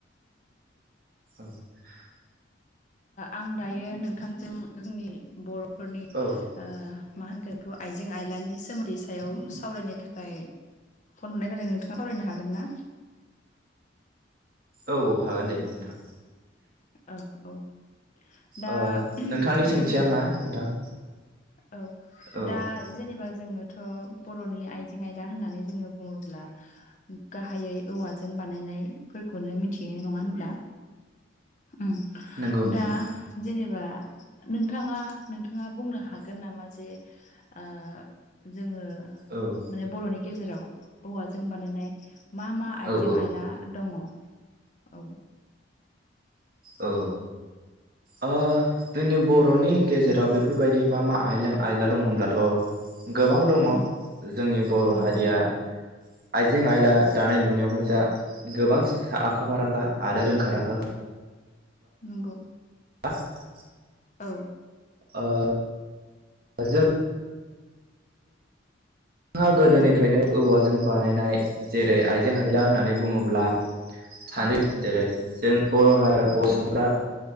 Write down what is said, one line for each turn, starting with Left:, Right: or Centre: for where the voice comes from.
Right: <inaudible>
Left: आं दायो नोंथांजों जोंनि बर'फोरनि
Right: औ
Left: ओ मा होनगोन इखौ आइजें आयलानि सोमोन्दै सायाव सावरायनो थाख खाय फन हरनाय जादों नोंथाङा सावरायनो हागोन ना
Right: औ हागोन दे नोंथां
Left: ओ औ दा
Right: ओ नोंथांनि
Left: जोङो
Right: सोंथिया मा नोंथां
Left: औ
Right: औ
Left: दा जेनेबा जोङोथ' बर'नि आइजें आयला होननानै जोङो बुङोब्ला गाहायै औवाजों बानायनायफोरखौनो मिथियो नङा होनब्ला उम
Right: नंगौ नोंथां
Left: दा जेनेबा नोंथाङा-नोंथाङा बुंनो हागोन नामा जे आ जोङो
Right: औ
Left: माने बर'नि गेजेराव औवाजों बानायनाय मा मा आइजें
Right: औ औ
Left: आइला दङ' औ
Right: औ ओ जोंनि बर'नि गेजेराव बेफोरबायदि मा मा आयलें आयला दं होनब्लाथ' गोबां दङ'
Left: उम
Right: जोंनि बर'
Left: नंगौ
Right: हारिया आइजें आइला दानाय लुनायावहाय जा गोबां आखा फाराखा आरो रोंखा राखा
Left: नंगौ
Right: <unintelligible>
Left: औ
Right: ओ जों हा गोदोनिफ्रायनो
Left: औ
Right: औवाजों बानायनाय जेरै आइजें आयला होननानै बुङोब्ला सानदों
Left: औ
Right: जेरै जों बर' हारा बर'
Left: औ
Right: सुबुंफ्रा